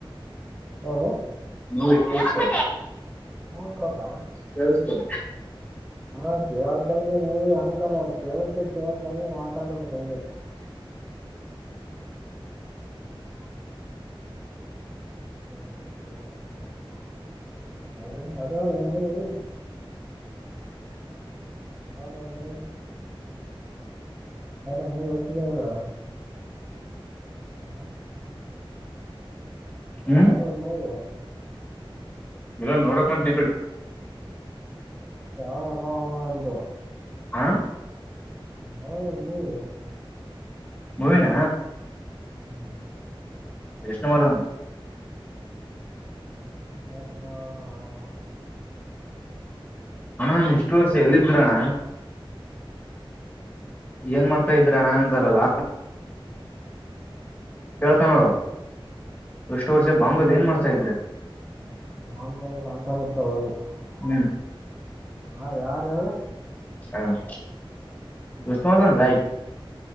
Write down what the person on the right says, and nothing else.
ಹೌದ
<unintelligible>
ಹಾ ಕೇಳ್ದಂಗೆ ನೀವು ಅಂಕಲ ಕೇಳ್ದ ಕೇಳ್ದಂ ಮಾತಾಡ್ಬೇಕಂಗೆ. <unintelligible> ಹಲೋ. ಮರ ಮೂರು ಹೊತ್ತುದದ. ಹ್. <unintelligible>
ಯಾವಾಗ ಬಾ ಅಂದೇ.
<unintelligible>
ಹ್ಮ್.
<inaudible>
ಹ್ಮ್.
<unintelligible>
ಹಾ ಯಾರು.